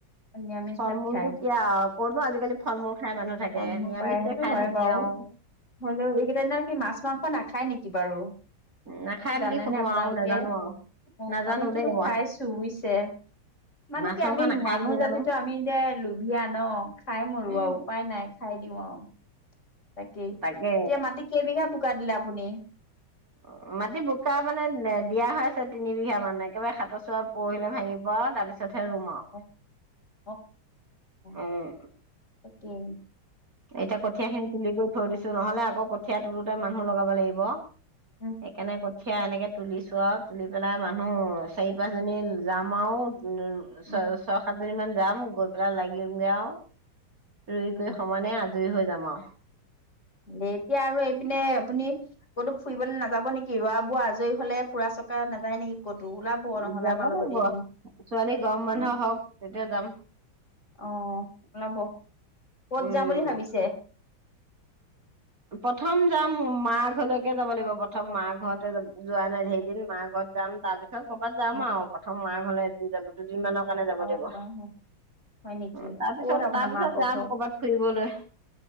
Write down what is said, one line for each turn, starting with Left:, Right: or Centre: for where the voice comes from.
Left: নিৰামিষ
Right: ফল
Left: ভাত
Right: মূলটো
Left: খাই
Right: কিয় আও কতনো আজিকালি ফল মূল খাই মানুহ থাকে
Left: ফল মূল
Right: নিৰামিষে।
Left: পায় সেইটো
Right: খাই
Left: হয়
Right: থাকে
Left: বাৰু
Right: আও।
Left: হ'লেও এইকেইদিন কি মাছ মাংস নাখায় নেকি বাৰু।
Right: নাখায়
Left: জানেনে
Right: বুলি শুনো
Left: আপোনালোকে
Right: আৰু নেজানো আৰু
Left: অহ
Right: নাজানো
Left: আমি কিন্তু
Right: দেই মই
Left: খাইছোঁ বুজিছে। মানে
Right: মাছ
Left: কি
Right: মাংস
Left: আমি
Right: নাখাই
Left: মানুহ
Right: বুলি
Left: জাতিটো
Right: জানো
Left: আমি যে লোভিয়া ন খাই মৰো
Right: উম
Left: আও উপায় নাই। খাই দিওঁ আও তাকেই
Right: তাকে
Left: এতিয়া মাটি কেইবিঘা বোকা দিলে আপুনি।
Right: অহ মাটি বোকা মানে নেদিয়া হৈছে তিনি বিঘা মান একেবাৰে সাতৰ চোৱা। পৰহিলে ভাঙিব অ তাৰপিছতহে ৰুম আও।
Left: অ অ অ
Right: উম
Left: সেইটোৱে।
Right: এতিয়া কঠীয়া খিনি তুলি কৰি থৈ দিছোঁ নহলে আকৌ কঠীয়া তোলোতে মানুহ লগাব লাগিব।
Left: উম।
Right: সেইকাৰণে কঠিয়া এনেকে তুলিছো আও তুলি পেলাই মানুহ চাৰি পাঁচজনী যাম আও। উম ছ
Left: উম
Right: ছয় সাতজনী মান যাম গৈ পেলাই লাগিমগে আও ৰুই কৰি।
Left: উম
Right: মানে আজৰি হৈ যাম আও।
Left: যেতিয়া আৰু এইপিনে আপুনি। ক'তো ফুৰিবল নাযাব নেকি ৰোৱা বোৱা আজৰি হলে ফুৰা চকা নাযায় নেকি। ক'তো ওলাব
Right: আৰু
Left: নহলে
Right: যাব
Left: আমাৰ লগতে
Right: লাগিব
Left: এদিন
Right: ছোৱালী গৰম বন্ধ
Left: উম।
Right: হওক তেতিয়া যাম
Left: অহ ওলাব কত
Right: উম
Left: যাম বুলি ভাবিছে।
Right: প্ৰথম যাম মা ঘৰলৈকে যাব লাগিব প্ৰথম মা ঘৰতে যাম যোৱা নাই সেইকেইদিন দিন মা ঘৰত যাম তাৰ। পিছত কবাত যাম
Left: উম
Right: আও প্ৰথম মা ঘৰলৈ এদিন যাব দুদিন মানৰ কাৰণে যাব
Left: অ
Right: লাগিব। উম
Left: অ হয় নেকি
Right: তাৰপিছত
Left: ক'ত আপোনাৰ
Right: তাৰপিছত
Left: মাকৰ
Right: যাম
Left: ঘৰ
Right: কবাত ফুৰিবলৈ।